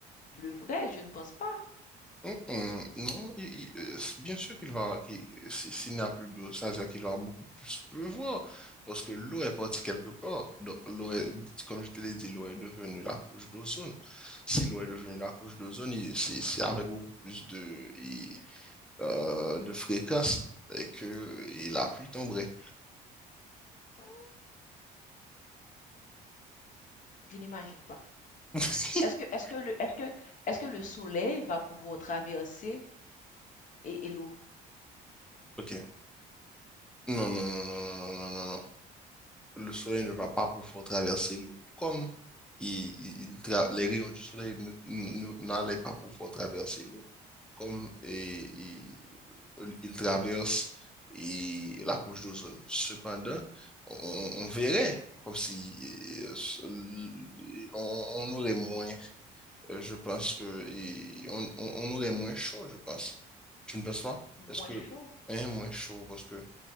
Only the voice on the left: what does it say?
pleuvrait, je ne pense pas.
Hmm, Je n'imagine pas.
Est-ce que, est-ce que le, est-ce que, est-ce que le soleil va pouvoir traverser et, et l'eau?
Moins
chaud?